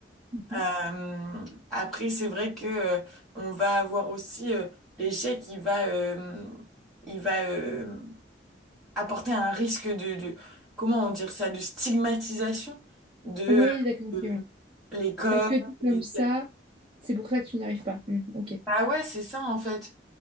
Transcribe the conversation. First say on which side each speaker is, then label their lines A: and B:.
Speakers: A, on the right (about 30°); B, in the centre.
A: Mhm.
B: Euh, après, c'est vrai que euh, on va avoir aussi euh, l'échec, il va, euh, il va euh, apporter un risque de, de comment on dire ça, de stigmatisation de,
A: Oui, d'accord, ok,
B: euh,
A: oui.
B: de l'école.
A: Parce que t'es comme
B: et-
A: ça, c'est pour ça que tu n'y arrives pas. Hmm, ok.
B: Bah ouais, c'est ça en fait.